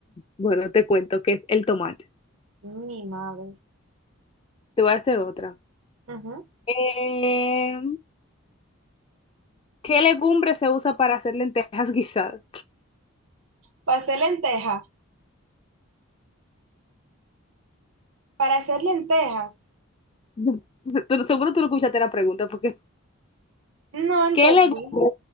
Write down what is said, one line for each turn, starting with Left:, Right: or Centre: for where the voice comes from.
Left: Bueno, te cuento que es el tomate.
Right: Mi madre.
Left: Te voy a hacer otra.
Right: Ujú.
Left: Eh, ¿qué legumbre se usa para hacer lentejas <laughs> guisadas?
Right: Para hacer lentejas, para hacer lentejas.
Left: No. Tú- no- seguro tú no escuchaste la pregunta, porque
Right: No entendí.
Left: ¿qué legumbre